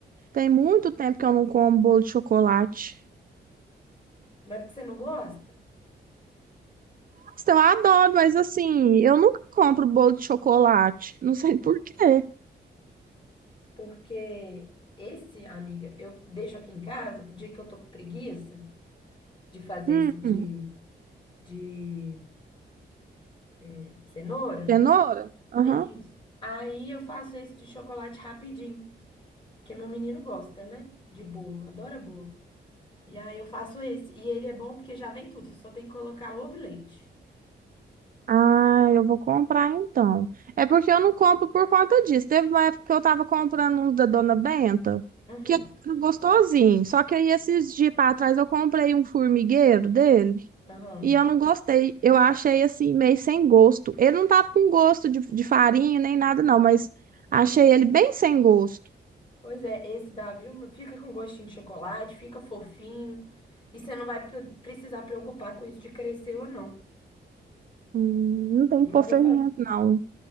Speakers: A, on the right; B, on the left.
A: Tem muito tempo que eu não como bolo de chocolate.
B: Mas porque você não gosta?
A: Nossa, eu adoro, mas assim, eu nunca compro bolo de chocolate. Não sei <laughs> por quê.
B: Porque esse, amiga, eu deixo aqui em casa pro dia que eu tô com preguiça de fazer
A: Hum,
B: esse de, de eh, cenoura.
A: cenoura? Aham.
B: Isso. Aí eu faço esse de chocolate rapidinho, porque meu menino gosta, né? De bolo, adora bolo. E aí eu faço esse. E ele é bom porque já vem tudo, você só tem que colocar ovo e leite.
A: Ah, eu vou comprar então. É porque eu não compro por conta disso. Teve uma época que eu tava comprando um da Dona Benta,
B: Uhum.
A: que era gostosinho. Só que aí esses dias pra trás eu comprei um formigueiro dele.
B: Aham.
A: E eu não gostei. Eu achei assim, meio sem gosto. Ele não tava com gosto de, de farinha nem nada, não, mas achei ele bem sem gosto.
B: Pois é, esse da Vilma fica com gostinho de chocolate, fica fofinho. E você não vai pre- precisar preocupar com isso de crescer ou não.
A: Hum, não tem
B: Mas
A: que pôr fermento,
B: vou fazer.
A: não.